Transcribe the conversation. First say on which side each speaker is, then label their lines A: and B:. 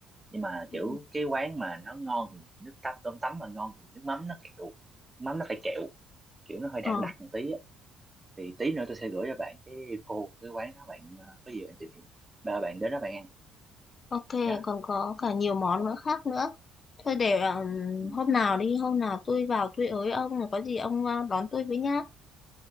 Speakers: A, on the right; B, on the left.
A: nhưng mà kiểu
B: Ừ.
A: cái quán mà nó ngon thì nước tăm cơm tấm mà ngon thì nước mắm nó kẹo mắm nó phải kẹo kiểu nó hơi đặc
B: Ờ,
A: đặc một tí thì tí nữa tôi sẽ gửi cho bạn cái info cái quán đó bạn ờ, có gì bạn tìm hiểu ba bạn đến đó bạn ăn
B: ok,
A: nhá
B: còn có cả nhiều món
A: rồi
B: nữa khác nữa. Thôi để um,
A: ừ.
B: hôm nào đi, hôm nào tôi vào tôi ới ông rồi có gì ông uh, đón tôi với nhá.